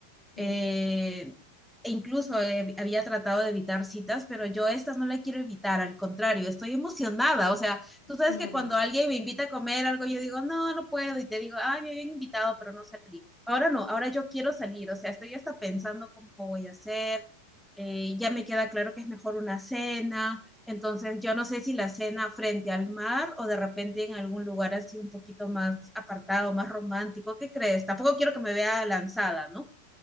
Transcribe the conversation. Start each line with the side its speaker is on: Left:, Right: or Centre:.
Left: Sí,
Centre: eh, e incluso eh, había tratado de evitar citas, pero yo estas no la quiero evitar, al contrario, estoy emocionada. O sea, tú
Left: sí,
Centre: sabes que
Left: amiga.
Centre: cuando alguien me invita a comer algo, yo digo, no, no puedo, y te digo, ay, me habían invitado, pero no salí. Ahora no, ahora yo quiero salir, o sea, estoy hasta pensando cómo voy a hacer. eh, ya me queda claro que es mejor una cena, entonces yo no sé si la cena frente al mar o de repente en algún lugar así un poquito más apartado, más romántico, ¿qué crees? Tampoco quiero que me vea lanzada, ¿no?